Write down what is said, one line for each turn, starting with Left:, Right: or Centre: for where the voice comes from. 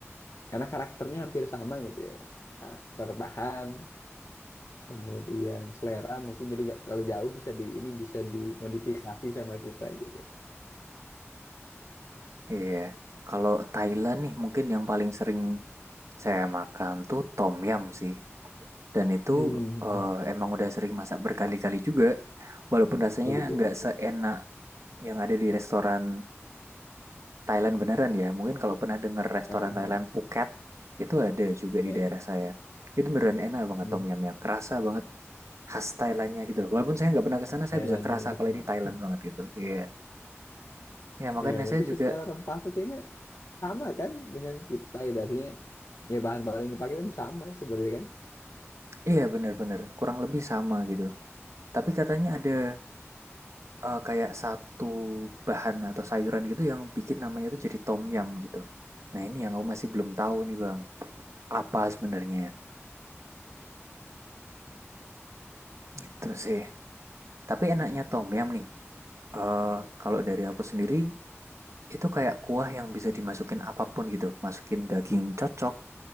Left: Karena karakternya hampir sama gitu ya. Karakter bahan, kemudian selera mungkin jadi gak terlalu jauh bisa di ini bisa dimodifikasi sama kita gitu.
Right: Iya. Kalau Thailand nih mungkin yang paling sering saya makan tuh tom yum sih. Dan itu
Left: Hmm,
Right: eh, emang udah sering masak berkali-kali juga. Walaupun rasanya
Left: oh gitu.
Right: nggak
Left: ya?
Right: seenak yang ada di restoran Thailand beneran ya. Mungkin kalau pernah denger restoran
Left: Nah,
Right: Thailand Phuket itu ada juga
Left: ya.
Right: di daerah saya. Itu beneran enak banget
Left: Hmm.
Right: tom yumnya. Kerasa banget khas Thailandnya gitu loh. Walaupun saya nggak pernah ke sana,
Left: Thailandnya
Right: saya bisa kerasa
Left: itu
Right: kalau
Left: gimana?
Right: ini Thailand banget gitu. Iya. Ya makanya
Left: Ya,
Right: saya
Left: tapi
Right: juga
Left: secara rempah tuh kayaknya sama kan dengan kita gitu. Artinya ya bahan-bahan yang dipakai kan sama sebenarnya kan.
Right: iya bener-bener kurang lebih sama gitu. Tapi katanya ada eh, kayak satu bahan atau sayuran gitu yang bikin namanya tuh jadi tom yum gitu. Nah ini yang aku masih belum tahu nih bang, apa sebenarnya itu sih. Tapi enaknya tom yum nih, eh, kalau dari aku sendiri itu kayak kuah yang bisa dimasukin apapun gitu. Masukin daging cocok,